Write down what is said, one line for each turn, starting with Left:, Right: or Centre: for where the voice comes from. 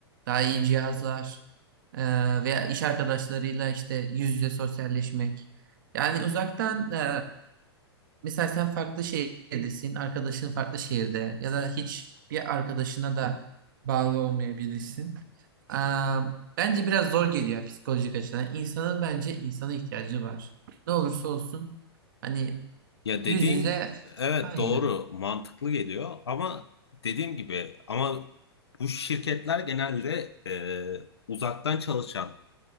Right: Daha iyi cihazlar e, veya iş arkadaşlarıyla işte yüz yüze sosyalleşmek. Yani uzaktan e, mesela sen farklı şehirdesin, arkadaşın farklı şehirde ya da hiç bir arkadaşına da bağlı olmayabilirsin. E, bence biraz zor geliyor psikolojik açıdan. İnsanın bence insana ihtiyacı var. Ne olursa olsun. Hani
Left: Ya dediğin
Right: Yüz yüze
Left: evet
Right: ay
Left: doğru
Right: ya
Left: mantıklı geliyor ama dediğim gibi ama bu şirketler genelde e, uzaktan çalışan